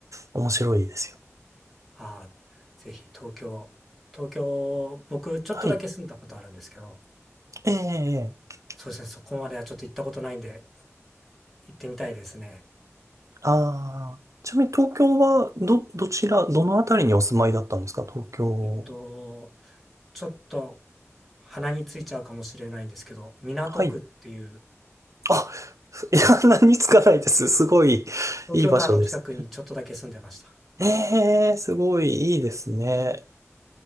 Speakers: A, on the right; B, in the centre.
A: 面白いですよ。
B: あー、ぜひ東京、東京、僕ちょっとだけ住んだことあるんですけど、
A: はい。ええええ
B: そうですね、そこまではちょっと行ったことないんで、行ってみたいですね。
A: ああー、ちなみに東京は、ど、どちら、どのあたりにお住まいだったんですか東京。
B: えっと、ちょっと鼻についちゃうかもしれないんですけど、港区っていう、
A: はい。あ、<laughs> いや、何つかないです。すごい、
B: 東京タワーの近くにちょっとだけ住んでました。
A: いい場所です。ええすごいいいですね。